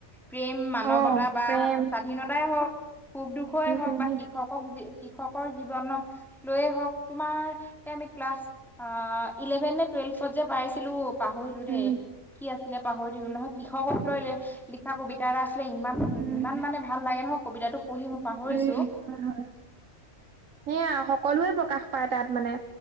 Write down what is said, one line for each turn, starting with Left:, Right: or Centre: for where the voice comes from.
Centre: প্ৰেম মানৱতা
Right: অ
Centre: বা
Right: প্ৰেম
Centre: স্বাধীনতাই হওঁক সুখ দুখেই
Right: উম
Centre: হওঁক বা
Right: সেইটো
Centre: কৃষক কৃষকৰ জীৱনক লৈয়ে হওঁক তোমাৰ এ আমি ক্লাছ অ' ইলেভেন নে টুৱেল্ভ যে পাইছিলো পাহৰিলো দেই
Right: উম
Centre: কি আছিলে। পাহৰি থাকিলো নহয়, কৃষকক লৈলে লিখা কবিতা এটা আছিলে ইমান
Right: উম উম
Centre: ইমান মানে ভাল লাগে নহয়, কবিতাটো পঢ়ি মই পাহৰিছোঁ।
Right: হয়, হয়। সেয়া সকলোৱে প্ৰকাশ পায় তাত মানে,